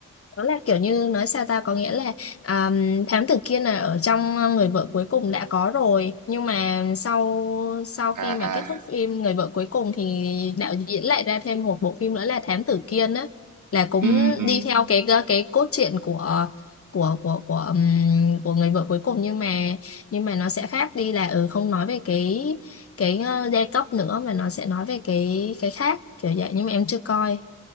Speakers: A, on the left; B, on the right.
A: đó là kiểu như nói sao ta có nghĩa là à, thám tử Kiên là ở trong ờ, người vợ cuối cùng đã có rồi nhưng mà sau sau
B: À
A: khi mà kết
B: à.
A: thúc phim người vợ cuối cùng thì đạo diễn lại ra thêm một bộ phim nữa là thám tử Kiên á là cũng
B: Ừ ừ.
A: đi theo cái ờ, cái cốt truyện của của của của ừm, của người vợ cuối cùng nhưng mà nhưng mà nó sẽ khác đi là ừ không nói về cái cái ờ, giai cấp nữa mà nó sẽ nói về cái cái khác kiểu vậy nhưng mà em chưa coi